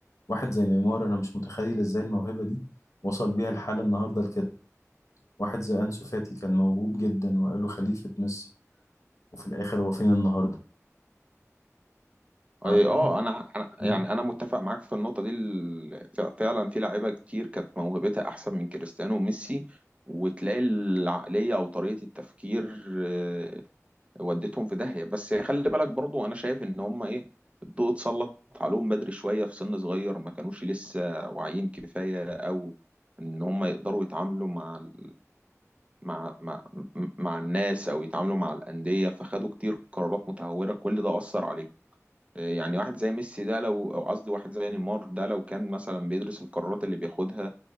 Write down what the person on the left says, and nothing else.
واحد زي نيمار أنا مش متخيل إزاي الموهبة دي وصل بيها الحال النهاردة لكده واحد زي أنسو فاتي كان موهوب جدا وقالوا خليفة ميسي وفي الآخر هو فين النهاردة عشان
مم.